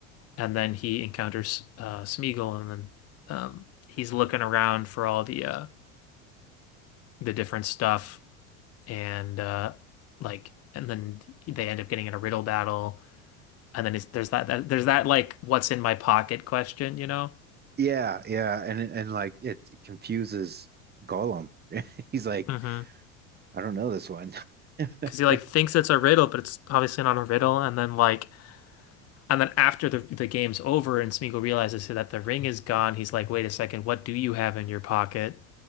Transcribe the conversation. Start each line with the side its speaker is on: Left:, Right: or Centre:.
Left: and then he encounters uh Smeagol and then um he's looking around for all the uh the different stuff and uh like and then they end up getting in a riddle battle and then it's, there's that, that there's that like what's in my pocket question, you know?
Right: Yeah, yeah, and and like it confuses Gollum. <laughs> He's like,
Left: hmm
Right: I don't know this one. <laughs>
Left: Because he like thinks it's a riddle, but it's obviously not a riddle. And then like, and then after the the game's over and Smeagol realizes that the ring is gone, he's like, "Wait a second, what do you have in your pocket?"